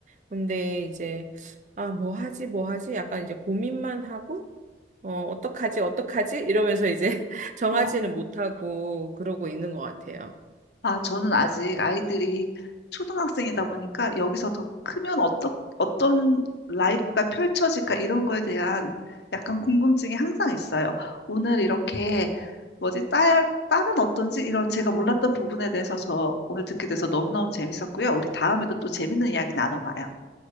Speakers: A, on the right (about 45°); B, on the left (about 70°).
A: 근데 이제 아 뭐 하지 뭐 하지 약간 이제 고민만 하고 어 어떡하지 어떡하지 이러면서 이제 <laughs> 정하지는
B: 어.
A: 못하고 그러고 있는 것 같아요.
B: 아, 저는 아직 아이들이 초등학생이다 보니까 여기서 더 크면 어떠, 어떤 라이프가 펼쳐질까 이런 거에 대한 약간 궁금증이 항상 있어요. 오늘 이렇게 뭐지? 딸, 딸은 어떤지 이런 제가 몰랐던 부분에 대해서 저 오늘 듣게 돼서 너무너무 재밌었고요. 우리 다음에도 또 재밌는 이야기 나눠봐요.